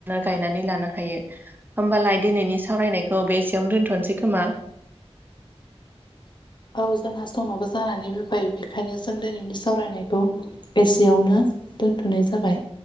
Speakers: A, on the right (about 15°); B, on the left (about 45°).
A: गायनानै लानो हायो हमबा होमबालाय दिनैनि सरायनायखौ बेसेयावनो दोन्थ'नोसै खोमा
B: <inaudible> औ जोंहा समाबो जानानै फोयबाय बेखायनो जों दिनैनि सावरायनायखौ एसेयावनो दोनथ'नाय जाबाय